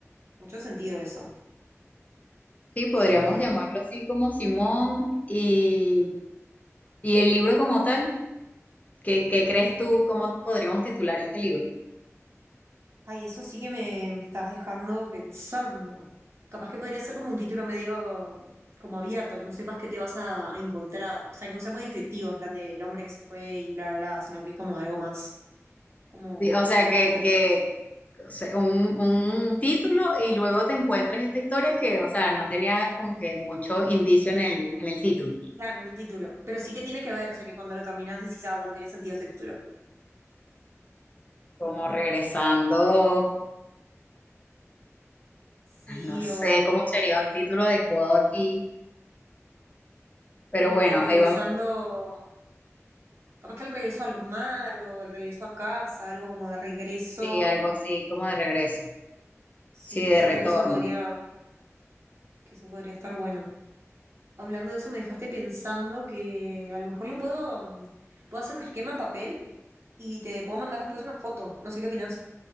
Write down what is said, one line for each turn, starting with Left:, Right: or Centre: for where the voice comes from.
Right: mucho sentido eso,
Left: Sí, podríamos
Right: Simón.
Left: llamarlo así como Simón y, y el libro como tal. ¿Qué, qué crees
Right: Uf.
Left: tú, cómo podríamos titular este libro?
Right: Ay, eso sí que me, me estás dejando pensando. Capaz que podría ser como un título medio como abierto, que no sepas qué te vas a, a encontrar. O sea, que no sea muy descriptivo en plan del hombre que se fue y bla, bla, bla, sino que es como algo más como
Left: Sí, O sea,
Right: metafórico.
Left: que, que o sea, un, un título y luego te encuentres esta historia que, o sea, no tenía como que mucho indicio en el, en el título.
Right: Claro, en el título. Pero sí que tiene que ver, o sea, que cuando lo terminas decís, ah, bueno, tiene sentido ese título.
Left: Como regresando,
Right: Sí,
Left: ay, no sé
Right: o
Left: cómo sería un título adecuado aquí, pero
Right: como
Left: bueno,
Right: que regresando,
Left: ahí vamos,
Right: capaz que el regreso al mar o el regreso a casa, algo como de regreso.
Left: sí, algo así como de regreso,
Right: Sí,
Left: sí, de
Right: siento
Left: retorno.
Right: que eso podría, que eso podría estar bueno. Hablando de eso, me dejaste pensando que a lo mejor lo puedo, mm, puedo hacer un esquema en papel y te puedo mandar después una foto. No sé qué opinás.